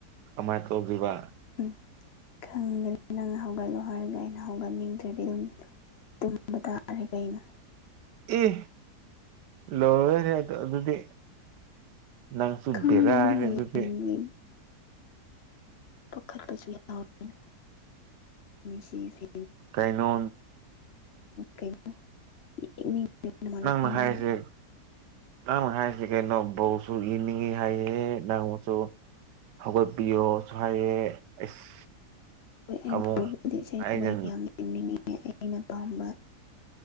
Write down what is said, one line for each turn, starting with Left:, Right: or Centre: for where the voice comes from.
Right: ꯀꯃꯥꯏꯅ ꯇꯧꯗꯣꯏꯕ
Left: ꯎꯝ ꯈꯪꯗꯅ ꯅꯪꯅ ꯍꯧꯒꯠꯂꯣ ꯍꯥꯏꯔꯒ ꯑꯩꯅ ꯍꯧꯒꯠꯅꯤꯡꯗ꯭ꯔꯗꯤ ꯑꯗꯨꯝ ꯇꯨꯝꯕ ꯇꯥꯔꯦ ꯀꯩꯅꯣ
Right: ꯑꯦ ꯂꯣꯏꯔꯦꯍꯦ ꯑꯗꯨꯗꯤ ꯅꯪꯁꯨꯨ
Left: ꯈꯪꯗꯦꯅꯦ
Right: ꯕꯦꯔꯥꯅꯤ
Left: ꯍꯌꯦꯡꯒꯤ
Right: ꯑꯗꯨꯗꯤ
Left: ꯄꯥꯈꯠꯄꯁꯨ ꯌꯥꯎꯌꯦ ꯃꯦꯁꯤꯗꯤ
Right: ꯀꯩꯅꯣ
Left: ꯀꯩꯅꯣ ꯌꯦꯡꯅꯤꯡꯕꯅ ꯃꯔꯣꯜ
Right: ꯅꯪꯅ ꯍꯥꯏꯁꯦ
Left: ꯑꯃ
Right: ꯅꯪ ꯍꯥꯏꯁꯤ ꯀꯩꯅꯣ ꯕꯣꯜꯁꯨ ꯌꯦꯡꯅꯤꯡꯉꯤ ꯍꯥꯏꯌꯦ ꯅꯪꯁꯨ ꯍꯧꯒꯠꯄꯤꯌꯣꯁꯨ ꯍꯥꯏꯑꯦ ꯑꯁ
Left: ꯍꯣꯏ ꯑꯩꯅ
Right: ꯑꯃꯨꯛ
Left: ꯇꯧꯕꯗꯨꯗꯤ ꯏꯁꯩꯒꯨꯝꯕ
Right: ꯑꯩꯅ
Left: ꯌꯥꯝꯃꯤ ꯌꯦꯡꯅꯤꯡꯉꯤꯅꯦ ꯑꯩꯅ ꯄꯥꯝꯕ